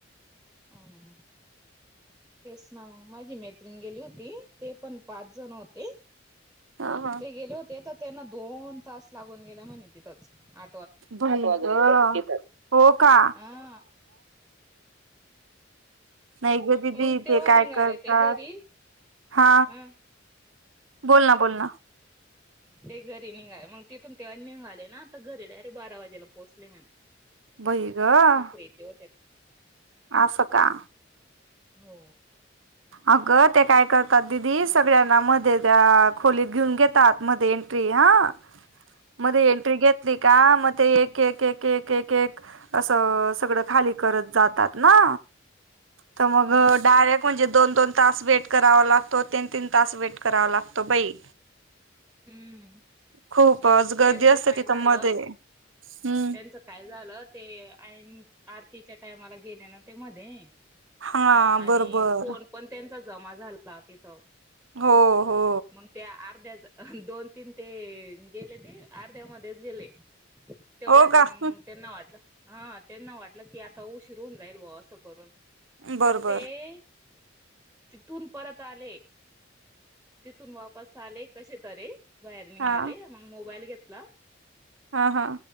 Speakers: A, in the centre; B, on the right.
A: हा हा. तेच ना मग माझी मैत्रिण गेली होती, ते पण पाच जण होते
B: हा हा
A: ते गेले होते त्यांना दोन तास लागून गेला म्हणे तिथंच आ
B: बाई गं, हो का?
A: हा
B: नाही ग दिदी
A: मग तेव्हा
B: ते काय
A: निघाले
B: करतात
A: ते घरी
B: हा
A: अ
B: बोल ना बोल ना
A: ते घरी निघा मगं तिथून ते निघाले ना तर घरी डायरेक्ट बारा वाजेला पोहोचले म्हणे.
B: बई गं!
A: साखरेचे होते ते
B: असं का
A: हो
B: अगं ते काय करतात दिदी सगळ्यांना मध्ये त्या खोलीत घेऊन घेतात आत मध्ये एंट्री हां मध्ये एंट्री घेत ते का मगं ते एक एक एक एक एक एक असं सगळं खाली करत जातात ना तर मगं
A: हम्म
B: डायरेक्ट म्हणजे दोन दोन तास वेट करावा लागतो तीन तीन तास वेट करावा लागतो बाई.,
A: हम्म
B: खूपच. गर्दी
A: त्यांचं
B: असते
A: काय
B: तिथं
A: झालं?
B: मध्ये हम्म
A: त्यांचं काय झालं ते. आणि आरतीच्या टाइमाला गेले ना ते मध्ये.
B: हा
A: आणि
B: बरोबर
A: फोन पण त्यांचंच. जमा झाला तिथं.
B: हो हो
A: मगं त्या अर्ध्या, दोन तीन ते गेले ते अर्ध्या मध्येच गेले. तेवढ्यात
B: हो का
A: मगं
B: हं,
A: त्यांना वाटलं. हा त्यांना वाटलं की आता उशीर होऊन जाईल बवा असं करून.
B: बरोबर
A: तर ते? तिथून परत आले. तिथून वापस आले. कशीतरी. वायरिंग
B: हा
A: आले मग मोबाईल घेत आ..
B: हा हा.